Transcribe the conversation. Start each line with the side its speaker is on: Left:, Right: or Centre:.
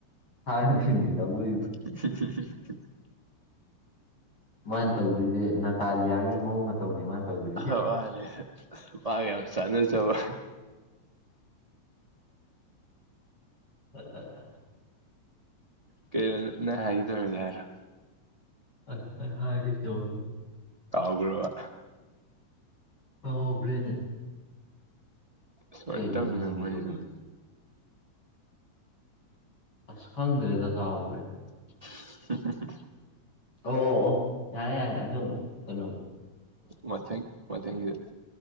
Left: ꯊꯥꯅ ꯊꯤꯟꯕꯤ ꯀꯥꯡꯒꯨ
Right: <unintelligible>
Left: ꯃꯥꯅ ꯇꯧꯗꯣꯏꯖꯦ ꯅꯅꯥꯇꯥꯂꯤꯌꯥꯒꯤ ꯃꯑꯣꯡ ꯃꯇꯧ ꯇꯧꯅꯦ ꯃꯥꯅꯥ ꯇꯧꯗꯣꯏꯗꯣ
Right: <unintelligible> ꯃꯥ ꯌꯥꯝ ꯆꯥꯟꯅꯖꯕ
Left: ꯑꯥ
Right: ꯀꯔꯤꯅꯣ ꯅꯪꯅ ꯍꯥꯏꯒꯦ ꯇꯧꯔꯤꯗꯣ ꯍꯥꯏꯔꯣ
Left: ꯑꯥ ꯍꯥꯏꯒꯦ ꯇꯧꯔꯝ
Right: ꯀꯥꯎꯒ꯭ꯔꯥꯕ
Left: ꯀꯥꯎꯒ꯭ꯔꯦꯅꯦ
Right: ꯁꯣꯔꯠ
Left: ꯀꯩꯅꯣ
Right: ꯇꯥꯔꯝ
Left: ꯑꯩꯅ ꯍꯥꯏꯒꯦ
Right: ꯃꯦꯃꯣꯔꯤ
Left: ꯇꯧꯕꯤꯗꯣ
Right: ꯂꯣꯏꯔꯦ
Left: ꯑꯁ ꯈꯪꯗ꯭ꯔꯦꯗ ꯀꯥꯎꯒ꯭ꯔꯦ
Right: <unintelligible>
Left: ꯑꯣ ꯑꯣ ꯑꯣ ꯌꯥꯔꯦ ꯌꯥꯔꯦ ꯑꯗꯨꯝ ꯀꯩꯅꯣꯝ
Right: ꯃꯊꯪ ꯃꯊꯪꯒꯤꯗ